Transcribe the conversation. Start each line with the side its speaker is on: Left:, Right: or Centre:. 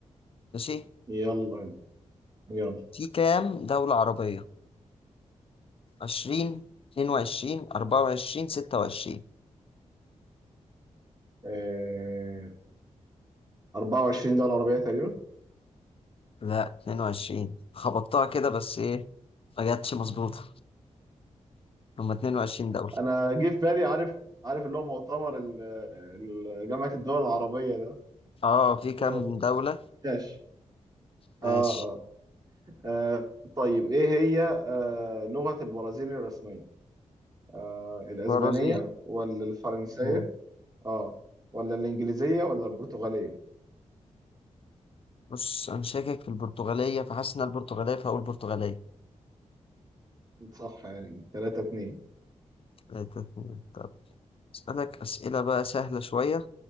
Left: ماشي
Right: يلا يلا
Left: في كام دولة عربية؟ عشرين اتنين وعشرين أربعة وعشرين ستة وعشرين
Right: آه 24 دولة عربية تقريبا
Left: لا اتنين وعشرين خبطتها كده بس ايه ما جاتش مظبوطة هما 22 دولة
Right: انا جه في بالي عارف عارف اللي هو مؤتمر ال- ال- جامعة الدول العربية ده
Left: اه في كام
Right: يلا
Left: دولة
Right: ماشي
Left: ماشي
Right: اه اه, آه طيب ايه هي آه لغة البرازيل الرسمية آه الاسبانية
Left: برازيل
Right: ولا الفرنسية
Left: مم.
Right: اه ولا الانجليزية ولا البرتغالية
Left: بص انا شاكك في البرتغالية فحاسس ان البرتغالية فهقول برتغالية
Right: صح يعني 3 2
Left: تلاتة، اتنين. طب اسألك اسئلة بقى سهلة شوية